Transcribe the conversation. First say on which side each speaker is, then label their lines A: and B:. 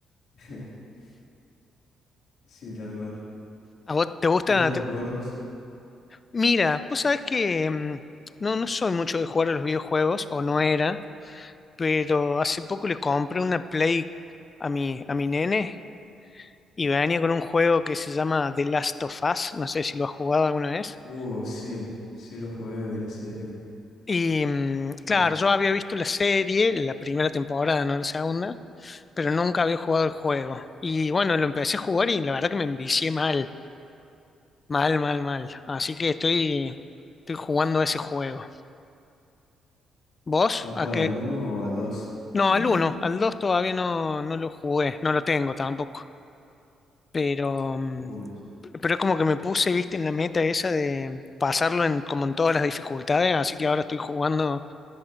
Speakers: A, on the left; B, on the left.
A: <laughs> Sí, tal cual.
B: ¿A vos te gusta?
A: ¿Qué vas
B: Te-
A: a jugar vos?
B: Mira, vos sabés que mm, no, no soy mucho de jugar a los videojuegos, o no era, pero hace poco le compré una Play a mi, a mi nene y venía con un juego que se llama The Last of Us, no sé si lo has jugado alguna vez.
A: Uh, sí, sí lo jugué, vi la serie,
B: Y mm,
A: todo.
B: claro, yo había visto la serie, la primera temporada, no la segunda, pero nunca había jugado el juego. Y bueno, lo empecé a jugar y la verdad que me envicié mal, mal, mal, mal. Así que estoy, estoy jugando ese juego. ¿Vos?
A: ¿A
B: ¿A
A: cuál?
B: qué?
A: ¿Al uno o al dos?
B: No,
A: <clears throat>
B: al uno al 2 todavía no, no lo jugué, no lo tengo tampoco. Pero, mm,
A: Uy,
B: pero es como que me puse, viste, en la meta esa de pasarlo en, como en todas las dificultades, así que ahora estoy jugando